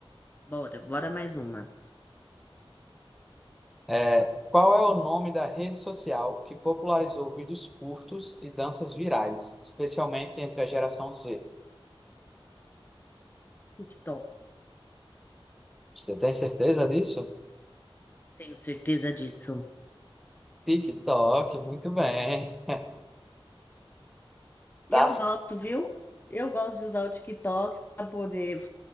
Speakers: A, on the left; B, in the centre.
A: Bora, bora mais uma.
B: É, qual é o nome da rede social que popularizou vídeos curtos e danças virais, especialmente entre a geração Z?
A: TikTok.
B: Você tem certeza disso?
A: Tenho certeza disso.
B: TikTok, muito bem.
A: E
B: Tá
A: eu gosto, viu? Eu gosto de usar o TikTok para poder